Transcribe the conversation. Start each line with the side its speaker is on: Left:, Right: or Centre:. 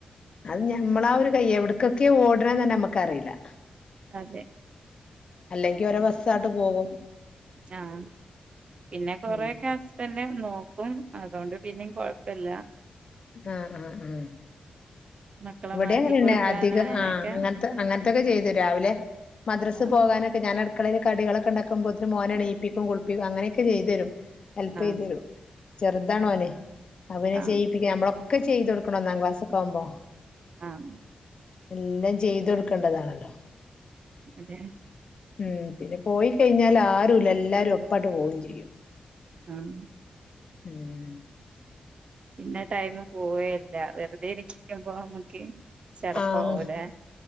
Left: അത് ഞമ്മളായൊരു വയ്യ എവ്ട്ക്കൊക്കെയോ ഓടണ്ന്ന് തന്നെ അമ്മക്ക് അറീലാ
Right: അതെ
Left: അല്ലെങ്കി ഓരേ ബസ്സാട്ട് പോകും
Right: ആ പിന്ന കുറെയൊക്കെ
Left: ഉം
Right: ഹസ്ബൻ ന്നെ നോക്കും അതോണ്ട് പിന്നേയും കൊഴപ്പില്ല
Left: ആ ആ ആ
Right: മക്കളെ
Left: ഇവിടേം
Right: മാറ്റി
Left: അങ്ങനന്നെ
Right: കൊടുക്കാനും
Left: അധിക
Right: അതിനൊക്കെ
Left: ആ അങ്ങൻത്തെ അങ്ങൻത്തെക്കെ ചെയ്തേരും രാവിലെ മദ്രസെ
Right: ആഹ്
Left: പോകാനൊക്കെ ഞാനെടക് മക്കളിൽ കികളൊക്കെണ്ടാക്കുമ്പോത്തിന് മോന എണിയിപ്പിക്കും കുളിപ്പിക്കു അനെയൊക്കെ ചെയ്തെരും ഹെൽപ്
Right: ആഹ്
Left: ചെയ്തരും ചെറുതാണോന് അപ്പ പിന്നെ
Right: ആഹ്
Left: ചെയ്യിപ്പിക്ക നമ്മളൊ ഒക്കെ ചെയ്തൊടുക്കണം ഒന്നാം ക്ലാസ്ക്കൊ ആവുമ്പോ
Right: ആഹ്
Left: എല്ലാം ചെയ്ത് കൊടുക്കണ്ടതാണല്ലോ
Right: അതെ
Left: ഉം പിന്നെ പോയി കഴിഞ്ഞാൽ ആരുല്ല എല്ലാരും ഒപ്പാട്ട് പോവും ചെയ്യും
Right: ആഹ
Left: ഉം
Right: പിന്നെ ടൈമ് പോവെല്ല വെർതെ ഇര്ക്കുമ്പം അമ്മക്ക് ചെടപ്പവുല്ലെ
Left: ആഹ്